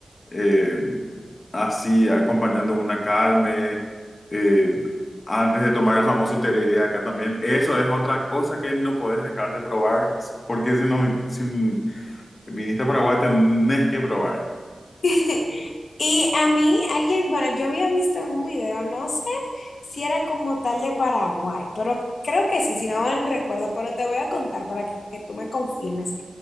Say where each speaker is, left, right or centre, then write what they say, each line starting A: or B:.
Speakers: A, on the left; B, on the left.
A: eh, así, acompañando una carne, eh, antes de tomar el famoso tereré acá también. Eso es otra cosa que no puedes dejar de probar, porque si no, si viniste a Paraguay tenés que probar.
B: <laughs> Y a mí alguien, bueno, yo había visto en un video, no sé si era como tal de Paraguay, pero creo que sí, si no mal recuerdo, pero te voy a contar para que, que tú me confirmes,